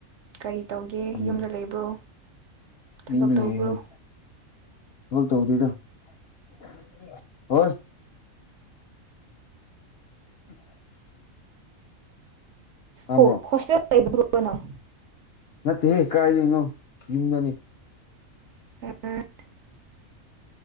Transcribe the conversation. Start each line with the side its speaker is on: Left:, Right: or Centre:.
Right: ꯀꯔꯤ ꯇꯧꯒꯦ
Left: ꯎꯝ
Right: ꯌꯨꯝꯗ ꯂꯩꯕ꯭ꯔꯣ ꯊꯕꯛ
Left: ꯌꯨꯝꯗ
Right: ꯇꯧꯕ꯭ꯔꯣ
Left: ꯂꯩ ꯍꯣꯏ ꯊꯕꯛ ꯇꯧꯗꯦꯗꯥ <unintelligible> <unintelligible> ꯇꯥꯕꯔꯣ
Right: ꯑꯣ ꯍꯣꯁꯇꯦꯜ <unintelligible> ꯅꯪ
Left: ꯅꯠꯇꯦ ꯍꯦ ꯀꯥꯏꯗꯩꯅꯣ ꯌꯨꯝꯗꯅꯤ
Right: <unintelligible>